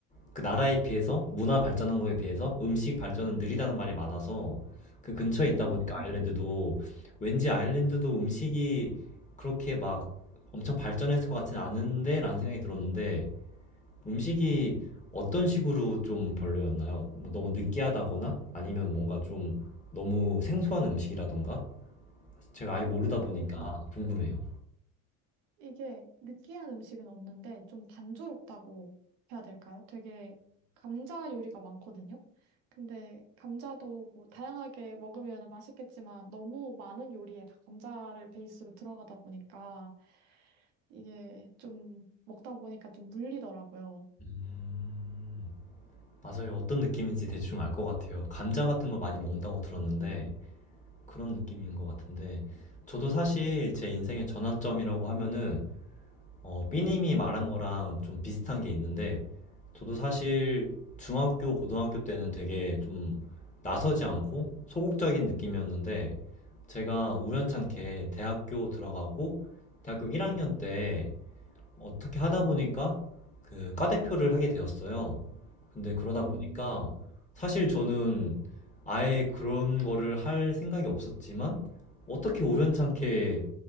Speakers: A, on the left; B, on the right.
A: 그 나라에 비해서, 문화 발전한 거에 비해서 음식 발전은 느리다는 말이 많아서 그 근처에 있다
B: 음,
A: 보니까 아일랜드도 왠지 아일랜드도 음식이 그렇게 막 엄청 발전했을 것 같지는 않은데 라는 생각이 들었는데 음식이 어떤 식으로 좀 별로였나요? 뭐 너무 느끼하다거나 아니면 뭔가 좀 너무 생소한 음식이라던가? 제가 아예 모르다 보니까
B: 음,
A: 궁금해요.
B: 이게 느끼한 음식은 없는데 좀 단조롭다고 해야 될까요? 되게 감자 요리가 많거든요. 근데 감자도 뭐 다양하게 먹으면 맛있겠지만 너무 많은 요리에 다 감자를 베이스로 들어가다 보니까 이게 좀 먹다 보니까 좀 물리더라고요.
A: 음. 맞아요. 어떤 느낌인지 대충 알 것 같아요. 감자 같은 걸 많이 먹는다고 들었는데 그런 느낌인 것 같은데 저도 사실 제 인생의 전환점이라고 하면은 어, 삐님이 말한 거랑 좀 비슷한 게 있는데 저도 사실 중학교, 고등학교 때는 되게 좀 나서지 않고 소극적인 느낌이었는데 제가 우연찮게 대학교 들어가고 대학교 1학년 때 어떻게 하다 보니까 그 과대표를 하게 되었어요. 근데 그러다
B: 음,
A: 보니까 사실 저는 아예 그런 거를 할 생각이 없었지만 어떻게 우연찮게